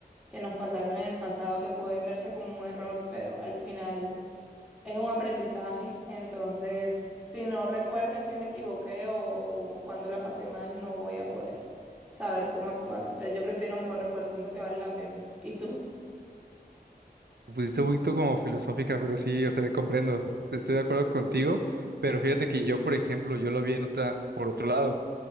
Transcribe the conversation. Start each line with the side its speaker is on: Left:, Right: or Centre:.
Centre: que nos pasaron en el pasado que pueden verse como un error, pero al final es un aprendizaje, entonces si no recuerdan que me equivoqué o, o cuando la pasé mal, no voy a poder saber cómo actuar. Entonces yo prefiero un mejor recuerdo, siento que vale la pena. ¿Y tú?
Right: Me pusiste un poquito como filosófica, pero sí, o sea, comprendo, estoy de acuerdo contigo, pero fíjate que yo, por ejemplo, yo lo vi en otra, por otro lado.